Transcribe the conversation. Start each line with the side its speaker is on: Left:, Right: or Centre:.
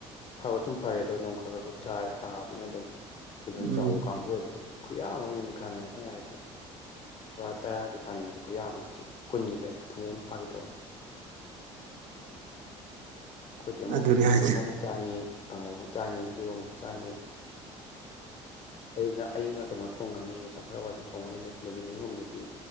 Left: ꯐꯕ ꯁꯨꯝ ꯐꯔꯦ ꯑꯗꯣ ꯅꯣꯡ ꯈꯔ ꯈꯔ ꯈꯛ ꯆꯥ ꯇꯥꯕꯅꯤꯅ ꯑꯗꯨꯝ ꯊ ꯊꯅ
Right: ꯎꯝ
Left: ꯆꯥꯎꯕ ꯀꯥꯡꯕꯨ ꯑꯣꯏꯕꯗꯣ ꯈꯨꯌꯥ ꯑꯃ ꯈꯥꯃꯦꯟ ꯑꯩꯅ ꯍꯥꯏꯁꯦ ꯂꯄꯥ ꯇꯔꯥꯒꯤ ꯈꯥꯃꯦꯟꯁꯦ ꯑꯩꯈꯣꯏ ꯌꯥꯝꯕꯅꯦ ꯆ ꯀꯨꯟꯒꯤꯅꯦ ꯊꯨꯝꯃꯎ ꯑꯃ ꯐꯥꯈꯤ ꯇꯧꯕ ꯑꯩꯈꯣꯏꯗꯤ ꯑꯃꯨꯛ
Right: ꯑꯗꯨꯅꯤ
Left: ꯊꯣꯡꯕ
Right: ꯍꯥꯏꯁꯦ
Left: ꯑꯃꯨꯛ ꯆꯥꯅꯤ ꯀꯥꯡꯉꯕꯨ ꯆꯥꯅꯤ ꯏꯔꯣꯟꯕꯨ ꯆꯥꯅꯤ ꯑꯌꯨꯛ ꯑꯌꯨꯛꯅ ꯀꯩꯅꯣ ꯊꯣꯡꯉꯅꯤ ꯆꯝꯈꯠꯂ ꯋꯥꯁꯦ ꯊꯣꯡꯉꯅꯤ ꯅꯨꯃꯤꯠ ꯅꯤꯅꯤ ꯍꯨꯝꯅꯤꯗꯤ